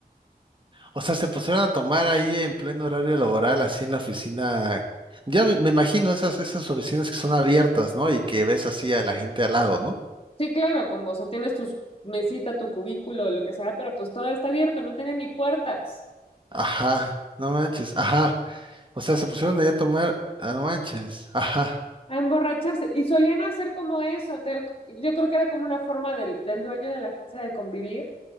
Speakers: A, on the right; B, on the left.
A: O sea, se pusieron a tomar ahí en pleno horario laboral, así en la oficina. Ya me, me imagino esas, esas oficinas que son abiertas, ¿no? Y que ves así a la gente al lado, ¿no?
B: Sí, claro, como, o sea, tienes tu mesita, tu cubículo, lo que sea, pero pues todo está abierto, no tenía ni puertas.
A: Ajá, no manches, ajá. O sea, se pusieron ahí a tomar, ah, no manches, ajá,
B: A emborracharse. Y solían hacer como eso, te- yo creo que era como una forma del, del dueño de la agencia de convivir.